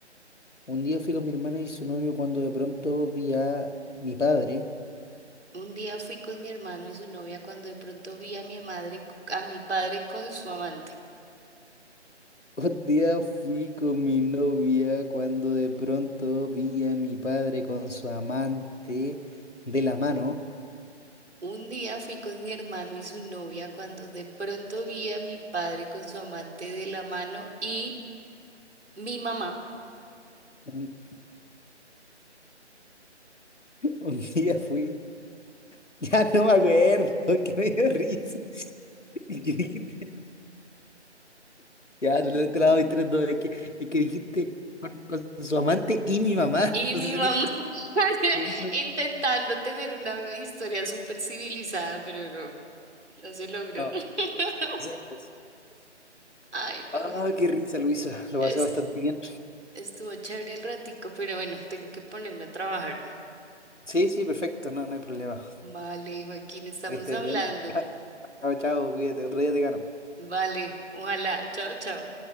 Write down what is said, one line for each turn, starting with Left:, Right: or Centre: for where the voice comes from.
Left: un día fui con mi hermana y su novio cuando de pronto vi a mi padre. <laughs>
Right: un día fui con mi hermano y su novia cuando de pronto vi a mi madre, a mi padre con su amante.
Left: Un día fui con mi novia cuando de pronto vi a mi padre con su amante de la mano.
Right: Un día fui con mi hermano y su novia cuando de pronto vi a mi padre con su amante de la mano y mi mamá.
Left: Un, <laughs> un día fui, <laughs> ya no me acuerdo, <laughs> que me dio risa. <laughs> Ya,
Right: <laughs>
Left: te te te la doy tres, dos. Es que, es que dijiste con, con su amante y mi mamá.
Right: Y
Left: Entonces
Right: mi
Left: se
Right: mamá
Left: me
Right: <laughs>
Left: se me hizo.
Right: intentando tener una historia súper civilizada, pero no, no se logró.
Left: No,
Right: <laughs>
Left: eso es imposible.
Right: Ay, no.
Left: Ah, qué risa, Luisa. Lo
Right: Es-
Left: pasé bastante bien.
Right: estuvo chévere el ratico, pero bueno, tengo que ponerme a trabajar.
Left: Sí, sí, perfecto. No, no hay problema.
Right: Vale, Joaquín, estamos
Left: Que estés
Right: hablando.
Left: bien. <laughs> Chao, chao, cuídate. Otro día te gano.
Right: Vale, ojalá. Chao, chao.